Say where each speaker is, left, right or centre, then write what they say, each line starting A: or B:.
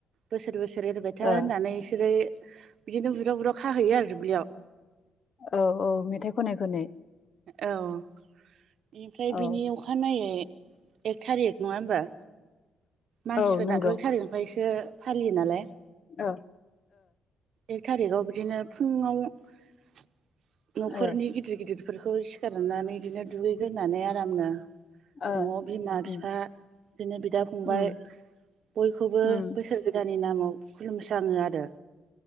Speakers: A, on the right; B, on the left.
A: बोसोर बोसोर एरबाय था
B: ओ
A: होननानै इसोर ओफ्राय बिदिनो बुरजा बुरजाव खाहैयो आरो दुब्लियाव
B: औ औ मेथाइ खनै खनै
A: औ बेनिफ्राय
B: औ
A: बिनि अखानायै एक थारिक नङा होमबा? मानसिफोरनाथ'
B: औ नंगौ
A: एक थारिख <unintelligible> बे फालियो नालाय
B: ओओ
A: एक थारिखाव बिदिनो फुङाव <inaudible> न'खरनि
B: ओ
A: गिदिर गिदिर बेफोरखौ सिखारनानै बिदिनो दुगैग्रोनानै आरामनो न'आव
B: ओ
A: बिमा
B: उम
A: बिफा बिदिनो बिदा फंबाय
B: उम
A: बयखौबो
B: उम
A: बोसोर गोदाननि नामाव खुलुमस्राङो आरो